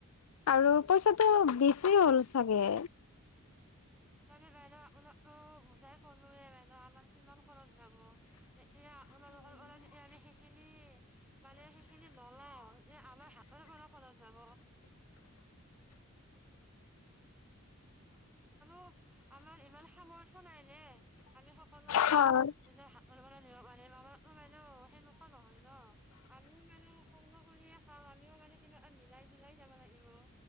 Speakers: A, on the left; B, in the centre.
A: আৰু পইচাটো বেছি হ'ল চাগে।
B: <unintelligible> আমাৰ কিমান খৰত যাব। এতিয়া আপোনালোকৰ কাৰণে আমি সেইখিনি। মানে সেইখিনি নলওঁ এ আমাৰ হাতৰ পৰা খৰচ যায়। <unintelligible> আমাৰ ইমান সামৰ্থ নাই নে আমি সকলো আমাৰ সকলোতে আমাৰ
A: হয়।
B: নিজৰ <unintelligible> সেনেকুৱা নহয় ন' আমিও মানে কৰ্ম কৰিয়ে খাওঁ আমিও মানে কিবা এটা মিলাই জুলাই যাব লাগিব।